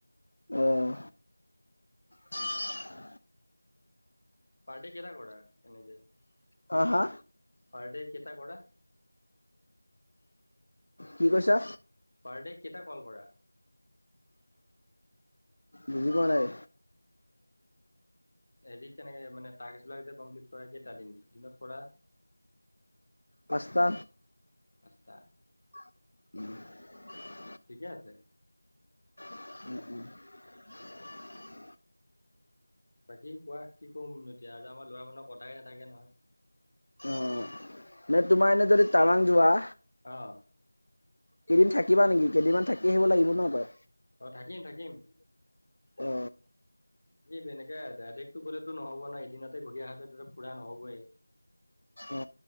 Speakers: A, on the left; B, on the left.
A: আহ। <unintelligible>
B: পাৰ ডে কেইটা কৰা এনেকে?
A: হা হা
B: পাৰ ডে কইটা কৰা?
A: কি কৈছা?
B: পাৰ ডে কেইটা কল কৰা?
A: বুজি পোৱা নাই।
B: হৰি তেনেকে মানে টাস্ক বিলাক যে কমপ্লিট কৰা কেইটা দিনত কৰা?
A: পাঁচটা।
B: পাঁচটা।
A: <unintelligible>
B: ঠিকে আছে।
A: এ <unintelligible>
B: বাকী কোৱা কি কম এতিয়া আৰু আমাৰ লৰা মানুহৰ কথাই নাথাকে নহয়।
A: অ মানে তোমাৰ এনে যদি টাৱাং যোৱা
B: আহ।
A: কেইদিন থাকিবা নেকি? কেইদিনমান থাকি আহিব লাগিব ন তই?
B: অ থাকিম থাকিম।
A: অ
B: থাকিব এনেকে ডাইৰেক্টটো গ'লেতো নহব ন এদিনতে ঘূৰি অহাটো ফুৰা নহবই।
A: অ।